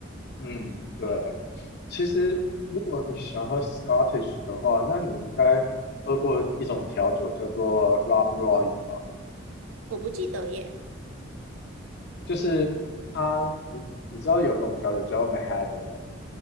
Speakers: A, on the left (about 55°); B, on the right (about 80°).
A: 嗯，对。
B: 嗯，
A: 其实如果你喜欢喝 Scottish 的话，那你应该喝过一种调酒叫做 Rob Roy 吧？
B: 我不记得耶，
A: 就是它，你你知道有一种调酒叫做 Mahadda 吗？